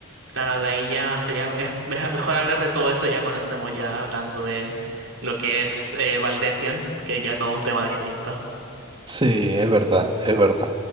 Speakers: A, on the right (about 70°); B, on the right (about 25°).
A: claro, de ahí ya sería <laughs> es me- mejor hablar de todo eso ya cuando estemos ya hablando de lo que es eh, Valdesion, que ya todo un tema distinto.
B: sí, es verdad, es verdad.